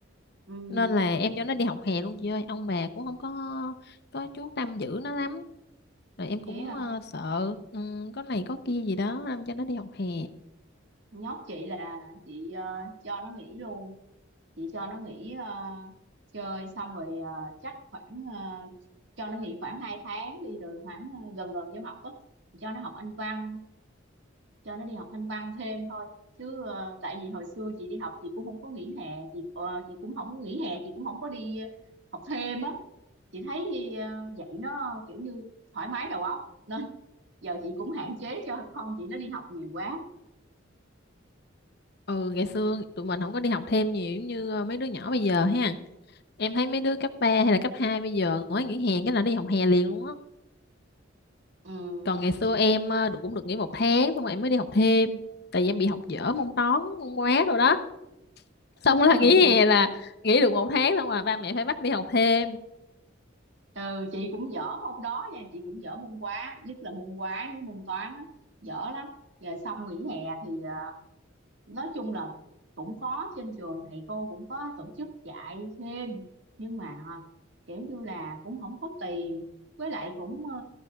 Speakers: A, on the right; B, on the left.
A: ừ
B: nên là em cho nó đi học hè luôn chị ơi ông bà cũng không có có chú tâm giữ nó lắm rồi em cũng
A: vậy hả
B: ờ, sợ ừ, có này có kia gì đó em cho nó đi học hè
A: nhóc chị là chị ờ, cho nó nghỉ luôn chị cho nó nghỉ ờ, chơi xong rồi ờ, chắc khoảng ờ, cho nó nghỉ khoảng 2 tháng đi rồi khoảng ờ, gần gần vô học á chị cho nó học Anh văn cho nó đi học Anh văn thêm thôi chứ ờ, tại vì hồi xưa chị đi học chị cũng không có nghỉ hè chị ờ, chị cũng không nghỉ hè chị cũng không có đi ờ, học thêm á chị thấy ờ, vậy nó kiểu như thoải mái đầu óc nên giờ chị cũng hạn chế cho con chị nó đi học nhiều quá
B: ừ ngày xưa tụi mình không có đi học thêm nhiều giống như ờ, mấy đứa nhỏ bây giờ ha em thấy mấy đứa cấp 3 hay là cấp 2 bây giờ nói nghỉ hè cái là đi học hè liền luôn á
A: ừ,
B: còn ngày xưa em ờ, được cũng được nghỉ một tháng xong rồi em mới đi học thêm tại vì em bị học dở môn toán môn hóa đồ đó xong là
A: ừ
B: nghỉ
A: chị
B: hè là nghỉ được một tháng xong rồi ba mẹ phải bắt đi học thêm
A: ừ chị cũng dở môn đó nha chị cũng dở môn hóa nhất là môn hóa với môn toán á, dở lắm rồi xong nghỉ hè thì ờ, nói chung là cũng có trên trường thầy cô cũng có tổ chức dạy thêm nhưng mà ờ, kiểu như là cũng không có tiền với lại cũng ờ,